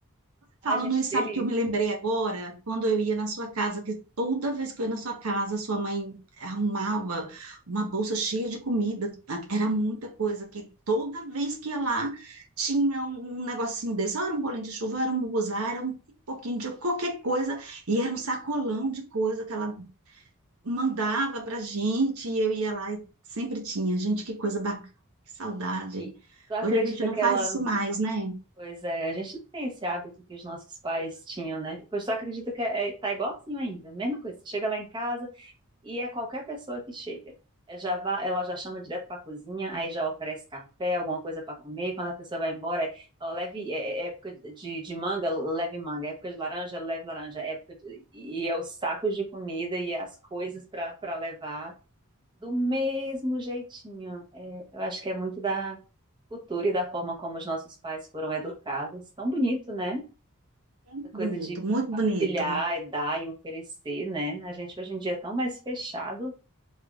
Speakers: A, on the right; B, on the right.
A: Ai,
B: Falando
A: gente,
B: isso,
A: que delícia.
B: sabe o que eu me lembrei agora? Quando eu ia na sua casa, que toda vez que eu ia na sua casa, sua mãe arrumava uma bolsa cheia de comida, era muita coisa, que toda vez que ia lá, tinha um um negocinho desse, ou era um bolinho de chuva, ou era um buguzá, era um pouquinho de qualquer coisa, e era um sacolão de coisa que ela mandava pra gente e eu ia lá e sempre tinha. Gente, que coisa bacana, que saudade.
A: E tu acredita
B: Hoje a gente não
A: que
B: faz
A: ela
B: isso mais, né?
A: Pois é, a gente não tem esse hábito que os nossos pais tinham, né? Pois tu acredita que é, é- tá igualzinho ainda, mesma coisa. Você Chega lá em casa e é qualquer pessoa que chega. É, Já vá, ela já chama direto para a cozinha, aí já oferece café, alguma coisa para comer. Quando a pessoa vai embora, é, ó, leve é, é é época de, de manga, leve manga. É Época de laranja, leve laranja. É Época de- e é os sacos de comida e as coisas para para levar do mesmo jeitinho. É, eu acho que é muito da cultura e da forma como os nossos pais foram educados. Tão bonito, né?
B: Muito
A: Essa coisa
B: bonito,
A: de
B: muito
A: partilhar,
B: bonito.
A: e dar e oferecer, né? A gente hoje em dia é tão mais fechado,